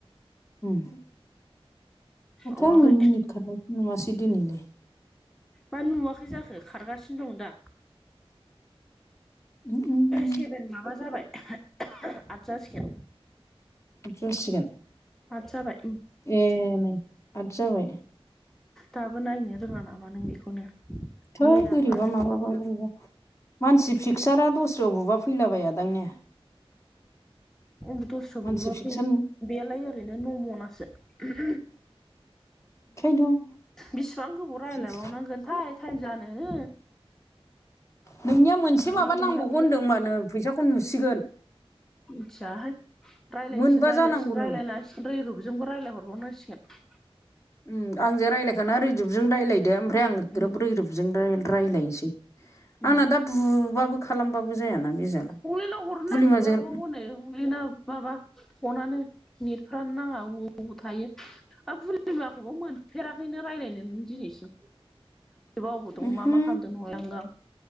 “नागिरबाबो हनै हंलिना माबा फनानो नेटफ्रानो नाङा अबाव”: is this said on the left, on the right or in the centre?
Centre